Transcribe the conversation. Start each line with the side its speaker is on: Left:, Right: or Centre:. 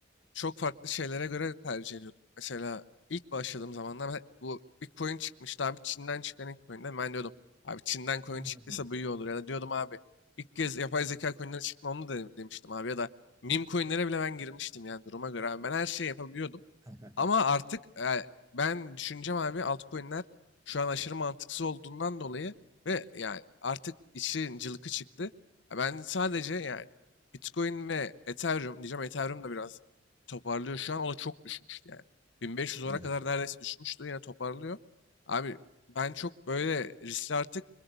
Left: çok farklı şeylere göre tercih ediyordum. Mesela ilk başladığım zamanlar ben- bu bir coin çıkmıştı abi Çin'den çıkan ilk coin'de ben diyordum abi Çin'den coin
Right: Hmm.
Left: çıktıysa bu iyi olur ya da diyordum abi ilk kez yapay zeka coin'leri çıktı onu da de- demiştim abi ya da meme coin'lere bile ben girmiştim yani duruma göre abi ben her şeyi yapabiliyordum.
Right: <laughs>
Left: Ama artık e, ben düşüneceğim abi altcoin'ler şu an aşırı mantıksız olduğundan dolayı ve yani artık işin cılkı çıktı. Ya Ben sadece yani Bitcoin ve Ethereum diyeceğim. Ethereum da biraz toparlıyor şu an. O da çok düşmüştü yani. 1500 dolara
Right: Evet.
Left: kadar neredeyse düşmüştü. Yine toparlıyor. Abi ben çok böyle riskli artık